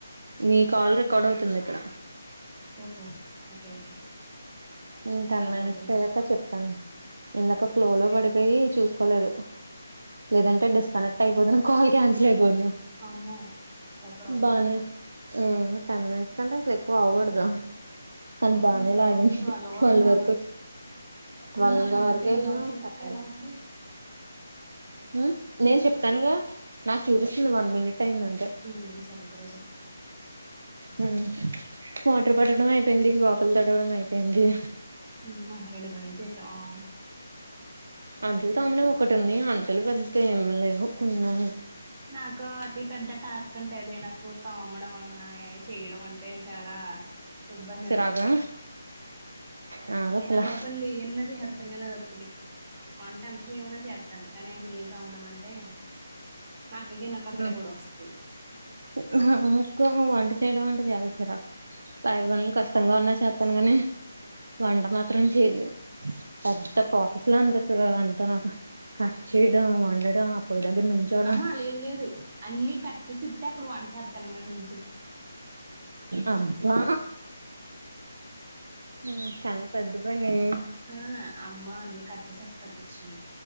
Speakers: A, on the right; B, on the right.
A: నీ కాల్ రికార్డ్ అవుతుంది ఇక్కడ.
B: ఓహో ఓకే ఓకే
A: హు
B: ఇంకా
A: టెన్
B: అయిపోద్దిలే
A: మినిట్స్ అయ్యాక చెప్తాను. ఇందాక ఫ్లోలో పడిపోయి చూసుకోలేదు, లేదంటే డిస్కనె క్ట్ అయిపోదును కాల్ క్యాన్సిల్ అయిపోదును
B: అమ్మో అలా కూడా అవుతదా
A: బానే ఆ టెన్ మినిట్స్ కంటే అసలు ఎక్కువ అవకూడదు. తను
B: అవునా
A: బానే లాగింది
B: అప్పుడు ట్వెల్వ్
A: ట్వల్
B: అని ఉంది
A: వరకొచ్చి
B: నాది
A: ట్వల్
B: మరి నా దాంట్లో
A: వరకు
B: టైం
A: వెళ్లినా
B: రావట్లేదు
A: కట్
B: అక్క
A: అవలా.
B: ఎలా అప్పుడు
A: హ్ నేను చెప్తానుగా నాకు చూపిస్తుంది వన్ మినిట్ అయిందంతే.
B: ఉమ్ సరే సరే చెప్పుయితే
A: హు మోటర్ పట్టడం అయిపోయింది, వాకిలు తుడవడం అయిపోయింది.
B: హమ్మ రెండు పనులు చేేసావా
A: అంట్లు తోమడం ఒకటి ఉంది, అంట్లు పెదగా ఏమి లేవు కొన్నే.
B: నాకు అతి పెద్ద టాస్క్ అంటే అదే నా కూర్తో అమ్మడం, అయి చేయడం అంటే చాలా ఇబ్బంది
A: చిరాగా
B: నాకు,
A: నాకు అసలు
B: కానువ పన్లు ఎయన్న చేసెత్తాను కానీ అ కుటి వంట ఎంత చేయమన్న చెత్తాను, కానీ ఆ గిన్నెలు తోమడం అంటే మా అక్కకి నాకు అక్కడే
A: అ
B: గొడవ వస్తది
A: నాకు వంట వంట చేయడం అంటే చాల చిరాకు. పై పనులు కష్టంగా ఉన్న చేతాను కానీ వంట మాత్రం చేయలే. పెద్ద ప్రాసెస్ లా అనిపిస్తది అది అంతా నాకు. కట్ చేయడం, వండడం పోయిదగ్గర నించోనా
B: ఆహా లేదు లేదు అన్ని కట్ చేసి ఇత్తే, అప్పుడు వంటసేత్తను నే
A: అబ్బా ఉ చాలా పెద్దపనే
B: ఆ అమ్మ అన్ని కట్ చేేసేస్తారు కూర్చుని